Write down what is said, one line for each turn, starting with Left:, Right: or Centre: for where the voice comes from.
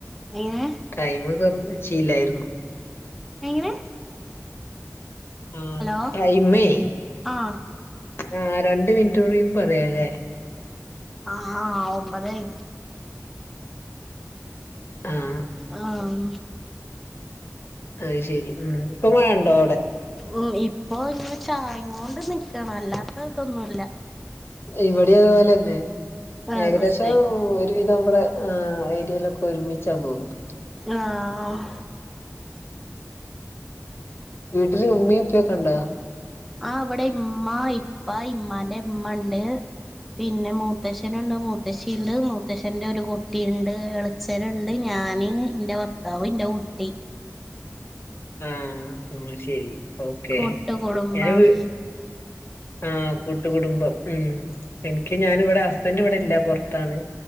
Centre: എങ്ങനെ
Left: ടൈമ് കൊ <unintelligible> നിശ്ചയില്ലായിരുന്നു.
Centre: എങ്ങനെ
Left: ആഹ്
Centre: ഹലോ
Left: ടൈമേ
Centre: ആ
Left: ആ രണ്ട് മിനിറ്റ് കൂടി പറയാല്ലേ
Centre: ആഹ് ഒമ്പതായി
Left: ആഹ്
Centre: ആഹ് ഉം
Left: അത് ശെരി ഉം ഇപ്പം മഴ ഉണ്ടോ
Centre: ഉം ഇപ്പൊ ഇങ്ങനെ ചാറിങ്ങോണ്ട് നിക്കണ് അല്ലാത്ത ഇതൊന്നുമില്ല
Left: ഇവിടെയും അതുപോലന്നെ
Centre: ആ
Left: ഏകദേശം
Centre: ശരി
Left: ഒരുവിധം ഇവടെ ആഹ് ഏരിയയിലൊക്കെ ഒരുമിച്ചാന്നു തോന്നണ്ട്.
Centre: ആഹ്
Left: വീട്ടില് ഉമ്മയും ഉപ്പയൊക്കെ ഉണ്ടോ
Centre: ആഹ് ഇവടെ ഇമ്മ ഇപ്പ ഇമ്മാന്റെ ഇമ്മ ഇണ്ട് പിന്നെ മൂത്തശ്ശനുണ്ട് മൂത്തശ്ശി ഇണ്ട് മൂത്തശ്ശന്റെ ഒരു കുട്ടിയുണ്ട് എള് അച്ഛനുണ്ട് ഞാന് ഇന്റെ ഭർത്താവ് ഇന്റെ കുട്ടി
Left: ആഹ് എന്നാ ശരി ഓക്കേ
Centre: കൂട്ട് കുടുംബാണ്
Left: <unintelligible> ആഹ് കൂട്ട് കുടുംബം ഉം എനിക്ക് ഞാൻ ഇവിടെ ഹസ്ബന്റ് ഇവിടെ ഇല്ല പൊറത്താണ്